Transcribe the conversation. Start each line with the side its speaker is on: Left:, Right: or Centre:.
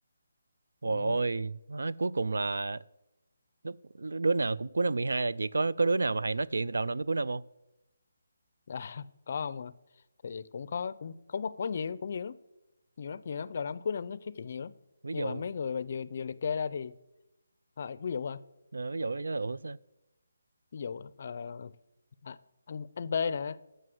Right: Ôi
Left: ừ.
Right: ôi, má, cuối cùng là lúc đứa nào cũng cuối năm mười hai là chỉ có có đứa nào mà thầy nói chuyện từ đầu năm tới cuối năm không?
Left: à, <laughs> có không à thì cũng có cũng có có, có nhiều cũng nhiều lắm nhiều lắm nhiều lắm đầu năm cuối năm nó nói chuyện nhiều lắm
Right: Ví
Left: nhưng
Right: dụ,
Left: mà mấy người mà vừa vừa liệt kê ra thì ờ, ví dụ à
Right: ờ, ví dụ là ủa sao?
Left: ví dụ ờ, à, anh anh B nè